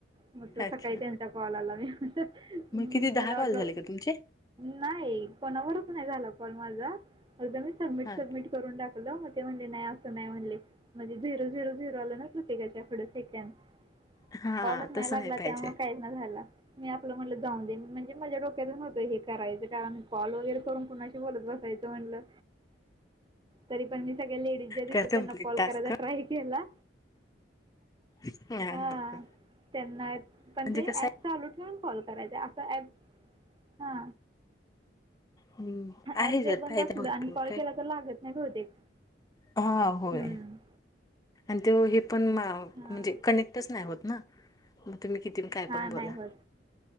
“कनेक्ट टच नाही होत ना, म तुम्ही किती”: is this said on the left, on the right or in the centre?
Left